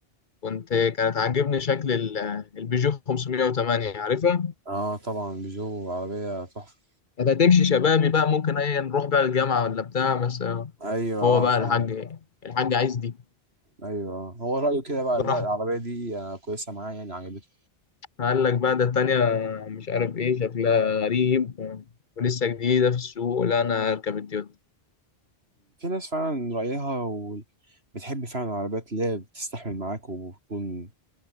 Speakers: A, on the left; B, on the right.
A: كنت كانت عاجبني شكل ال- البيجو 508 عارفها
B: اه طبعا بيجو عربيه تحفه
A: كانت هتمشي شبابي بقى ممكن ايه نروح بقى الجامعة ولا بتاع بس آه.
B: ايوه
A: هو
B: اه
A: بقى
B: فعلا
A: الحاج الحاج عايز دي
B: ايوه آه. هو رايه كده بقى
A: براحته
B: لا العربيه دي آه، كويسه معاه يعني عجبته
A: قال لك بقى ده التانية مش عارف ايه شكلها غريب و... ولسه جديدة في السوق لا انا هركب التويوتا
B: في ناس فعلا رايها و... بتحب فعلا العربيات اللي هي بتستحمل معاك وبتكون